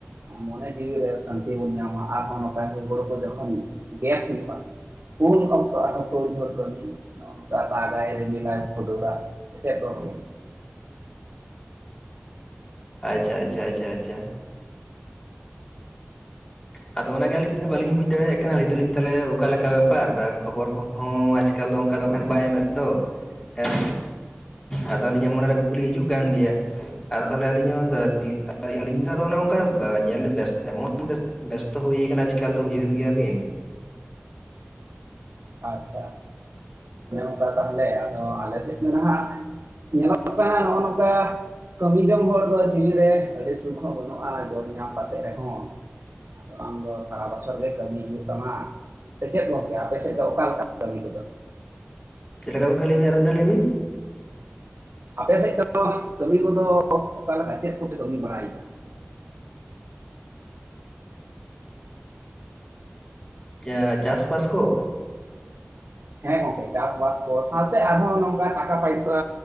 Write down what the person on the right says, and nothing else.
ᱢᱚᱱᱮ ᱡᱤᱣᱤ ᱨᱮ ᱥᱟᱱᱛᱤ ᱵᱚᱱ ᱧᱟᱢᱟ ᱟᱨ ᱦᱚᱸ ᱱᱚᱝᱠᱟ ᱦᱩᱲ ᱦᱩᱲᱩ ᱠᱚ ᱡᱚᱠᱷᱚᱱ ᱜᱮᱛ ᱦᱩᱭᱩᱜᱼᱟ᱾ ᱩᱱ ᱚᱠᱛᱚ ᱟᱨᱚ ᱛᱳᱲ-ᱡᱷᱳᱲ ᱠᱟᱹᱢᱤ᱾ ᱱᱚᱜᱼᱚ ᱱᱚᱝᱠᱟ ᱫᱟᱜᱟᱭ ᱨᱤᱢᱞᱟᱭ ᱦᱩᱰ-ᱦᱩᱰᱟᱹᱣᱟ ᱥᱮ ᱪᱮᱫ ᱜᱚᱝᱠᱮ᱾
ᱟᱪᱪᱷᱟ ᱚᱱᱮ ᱚᱝᱠᱟ ᱛᱟᱦᱚᱞᱮ ᱟᱫᱚ ᱟᱞᱮ ᱥᱮᱫ ᱫᱚ ᱱᱟᱦᱟᱸᱜ ᱧᱮᱞᱚᱜ ᱯᱮ ᱦᱟᱸᱜ ᱱᱚᱜᱼᱚ ᱱᱚᱝᱠᱟ ᱠᱟᱹᱢᱤ ᱡᱚᱝ ᱦᱚᱲ ᱫᱚ ᱡᱤᱣᱤ ᱨᱮ ᱟᱹᱰᱤ ᱥᱩᱠ ᱦᱚᱸ ᱵᱟᱹᱱᱩᱜᱼᱟ ᱡᱚᱢ ᱧᱟᱢ ᱠᱟᱛᱮᱜ ᱨᱮ ᱦᱚᱸ᱾ ᱟᱫᱚ ᱟᱢ ᱫᱚ ᱥᱟᱨᱟ ᱵᱚᱪᱷᱚᱨ ᱜᱮ ᱠᱟᱹᱢᱤ ᱦᱩᱭᱩᱜ ᱛᱟᱢᱟ ᱥᱮ ᱪᱮᱫ ᱜᱚᱝᱠᱮ ᱟᱯᱮ ᱥᱮᱡ ᱫᱚ ᱚᱠᱟ ᱞᱮᱠᱟ ᱠᱟᱹᱢᱤ ᱠᱚ ᱫᱚ?
ᱟᱯᱮ ᱥᱮᱡ ᱫᱚ ᱠᱟᱹᱢᱤ ᱠᱚ ᱫᱚ ᱚᱠᱟ ᱞᱮᱠᱟ ᱪᱮᱫ ᱠᱚ ᱯᱮ ᱠᱟᱹᱢᱤ ᱵᱟᱲᱟᱭ ᱫᱟ?
ᱦᱮᱸ ᱜᱚᱝᱠᱮ ᱪᱟᱥ-ᱵᱟᱥ ᱠᱚ ᱥᱟᱶᱛᱮ ᱟᱨ ᱦᱚᱸ ᱱᱚᱝᱠᱟ ᱴᱟᱠᱟ-ᱯᱟᱭᱥᱟᱹ᱾